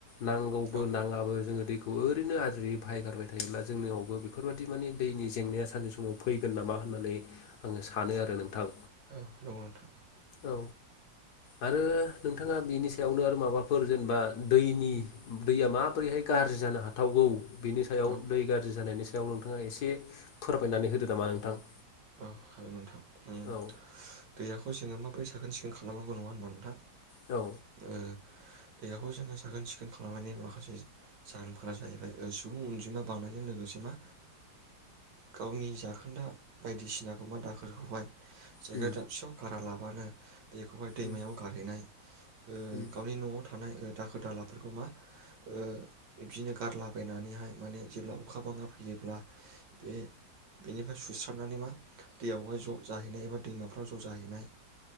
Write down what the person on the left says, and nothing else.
नांगौबो
नाङाबो जोङो दै खौ ओरैनो आद्रि बाहायगारबाय थायोब्ला जोंनियावबो बेफोरबादि माने दैनि जेंनाया सानसे समाव फैगोन नामा होननानै आङो
आरो नोंथां
औ आरो नोंथाङा बेनि सायावनो आरो माबाफोर जेनेबा दैनि दैया माबोरैहाय गाज्रि जानो हाथावगौ बिनि सायाव
दै गाज्रि जानायनि सा याव नोंथाङा एसे फोरमायनानै होदो नामा नोंथां।
औ
औ
उम
उम
उम